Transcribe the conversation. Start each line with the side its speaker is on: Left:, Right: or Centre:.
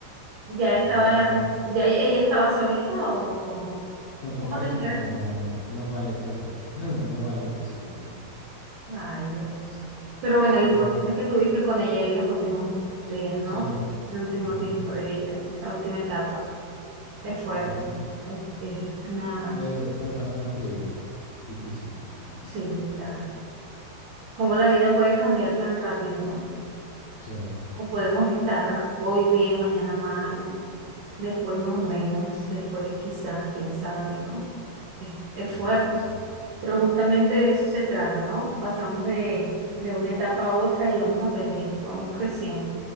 Right: ¿Ya estaba,
Left: Y Ya
Right: eh, ya ella estaba solita o cómo?
Left: con su
Right: ¿Cómo
Left: pareja,
Right: te enteras?
Left: pero n- no vale queso, <laughs> no valió queso el güey.
Right: Ay, Dios. Pero bueno, lo
Left: Yo,
Right: importante es que estuviste con ella ahí los últimos días, ¿no?
Left: sí,
Right: El último
Left: ujú,
Right: tiempo de ella, la última etapa. Es fuerte.
Left: ujú.
Right: ¿no? Es, es una,
Left: Fue, fue bastante difícil y complicado.
Right: sí, claro. cómo la vida puede cambiar tan rápido, ¿no?
Left: Sí,
Right: O podemos estar hoy bien, mañana mal, después más o menos, después quizás, quién sabe, ¿no? Es, es
Left: ujú,
Right: fuerte,
Left: así es.
Right: pero justamente de eso se trata, ¿no? Pasamos de, de una etapa a otra y vamos aprendiendo, vamos creciendo.